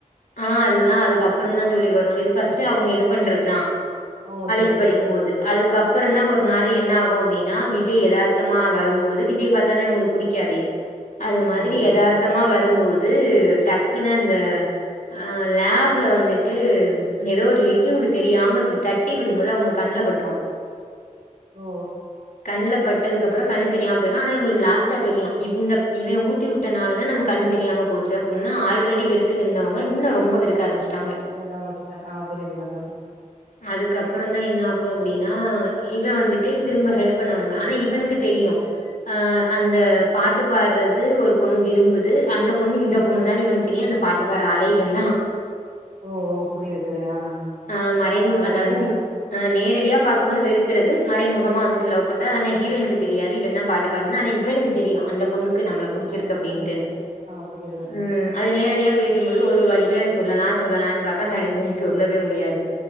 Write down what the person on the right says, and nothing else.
ஓ செர்ஸ்
ஆமாங்க
தோழி
ஓ
வேற ஆரமிஸ்ட்டாங் ஆ புரிதுங்க தோழி
ஓ ஓ புரிது புரிது ஆ
பாட்டு பாறதா
பொண்ணு
புடிச்சிருக்கு ஆ புரியுதுங்க தோழி